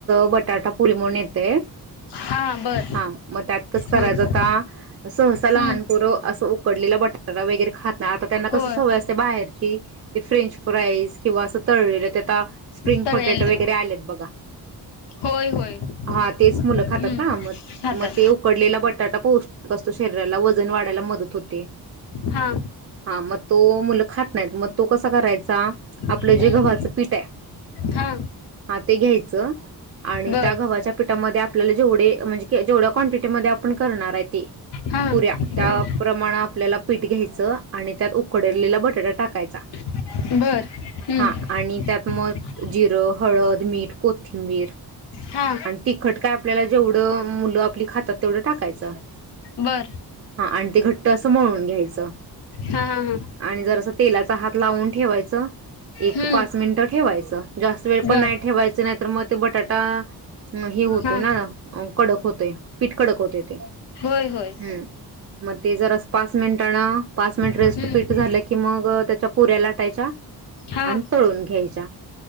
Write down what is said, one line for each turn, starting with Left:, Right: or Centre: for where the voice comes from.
Right: बटाटा पुरी म्हणून येतय
Left: हा बर
Right: हा मग त्यात कच करायचंता
Left: हम्म
Right: सहसा लहानपुरं
Left: हम्म
Right: असं उकडलेला बटाटा वगैरे खात नाही आता त्यांना
Left: होय
Right: कस सवय असते बाहेरची ते फ्रेंच फ्राईज किंवा असं तळलेलं त्या आ स्प्रिंग
Left: तळेल
Right: पोटॅटो वगैरे आलेत बघा
Left: होय होय
Right: हा तेच मुलं
Left: हम्म
Right: खातात ना मग
Left: खातात
Right: मग ते उकडलेला बटाटा पोचतो कपसतो शरीराला वजन वाढायला मदत होते
Left: हा
Right: हा मग तो मुलं खात नाही मग तो कसा करायचा आपलं
Left: हम्म
Right: जे गव्हाचं पीठ आहे
Left: हा
Right: हा ते घ्यायचं आणि
Left: बर
Right: त्या गव्हाच्या पीठामध्ये आपल्याला जेवढे म्हणजे जेवढ्या क्वांटिटीमध्येध्ये आपण करणार आहे ते
Left: हा हम्म
Right: पुऱ्या त्याप्रमाण आपल्याला पीठ घ्यायचं आणि त्यात उकडलेला बटाटा टाकायचा
Left: बरंम्म
Right: हा आणि त्यात मग जिरं हळद मीठ कोथिंबीर
Left: हा
Right: आणि तिखट काय आपल्याला जेवढं मुलं आपली खातात तेवढं टाकायचं
Left: बर
Right: ह आणि ते घट्ट असं म्हणून घ्यायचं
Left: हा हा हा
Right: आणि जर अस तेलाचा हात लावून ठेवायचं एक
Left: हम्म
Right: पाच मिनटं ठेवायचं जास्त वेळ पण
Left: बर
Right: नाही ठेवायच नाही तर मग ते बटाटा ह हे होतोय
Left: हा
Right: ना कडक होतय पीठ कडक होते ते
Left: हो होय
Right: हम्म मग ते जर पाच मिनिट पाच मिनिट
Left: हम्म
Right: रेस्ट पीट झालं की मग त्या त्या पुऱ्या लाटायच्या
Left: हा
Right: आणि तळून घ्यायच्या